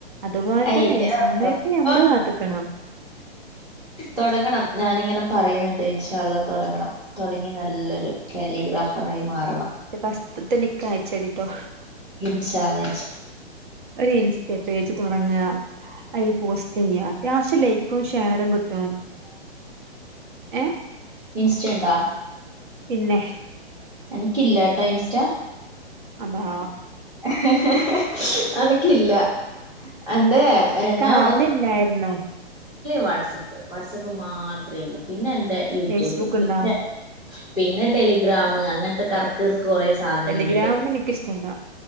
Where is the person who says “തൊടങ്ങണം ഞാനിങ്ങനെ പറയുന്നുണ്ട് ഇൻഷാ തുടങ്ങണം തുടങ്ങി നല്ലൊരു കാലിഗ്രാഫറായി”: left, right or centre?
Centre